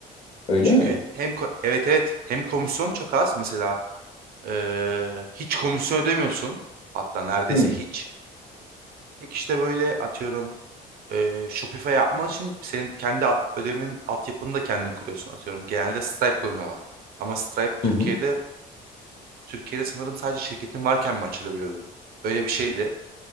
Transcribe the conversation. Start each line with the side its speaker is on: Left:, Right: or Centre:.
Left: öyle
Right: Çünkü
Left: mi?
Right: hem ko- evet evet hem komisyon çok az mesela Ee, hiç komisyon ödemiyorsun. Hatta neredeyse
Left: Hmm.
Right: hiç. Tek işte böyle atıyorum e, Shopify yapman için senin kendi al- ödemenin altyapını da kendin kuruyorsun atıyorum. Genelde Stripe kullanıyorlar. Ama Stripe Türkiye'de
Left: Hı hı.
Right: Türkiye'de sanırım sadece şirketin varken mi açılabiliyordun? Öyle bir şeydi.